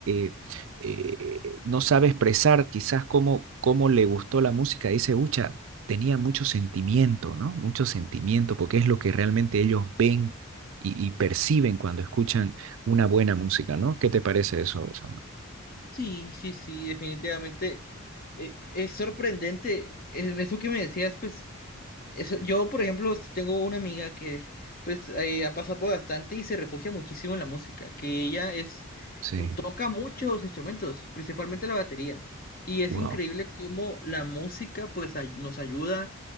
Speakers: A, on the right; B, on the left.
A: eh, eh, eh, no sabe expresar quizás cómo, cómo le gustó la música, dice, ucha, tenía mucho sentimiento, ¿no? Mucho sentimiento, porque es lo que realmente ellos ven y, y perciben cuando escuchan una buena música, ¿no? ¿Qué te parece eso, Samuel?
B: Sí, sí, sí, definitivamente. eh, es sorprendente eh, eso que me decías, pues eso- yo, por ejemplo, sí tengo una amiga que pues eh, ha pasado por bastante y se refugia muchísimo en la música, que ella es
A: Sí,
B: toca muchos instrumentos, principalmente la batería. Y es
A: wow.
B: increíble cómo la música pues ay- nos ayuda,